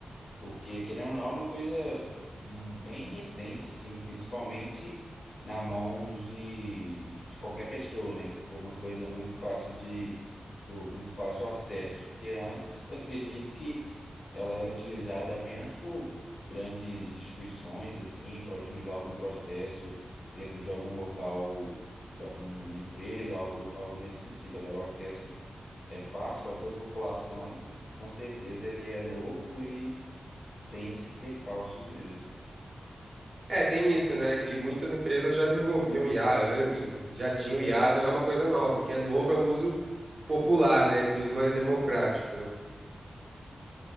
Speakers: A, on the left (about 80°); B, on the right (about 50°).
A: Porque, querendo ou não, é uma coisa hum, bem recente, assim, principalmente na mão de, de qualquer pessoa, né? Que ficou uma coisa muito fácil de, o- muito fácil o acesso. Porque antes, acredito que ela era utilizada apenas por grandes instituições, assim, para otimizar algum processo dentro de algum local, de alguma empresa, algo, algo nesse sentido. Agora, o acesso é fácil para toda a população, com certeza ele é novo e tem esses percalços mesmo.
B: É, tem isso, né? Que muitas empresas já desenvolviam IA antes, já tinham IA, não é uma coisa nova. O que é novo é o uso popular, né? Esse uso mais democrático, né?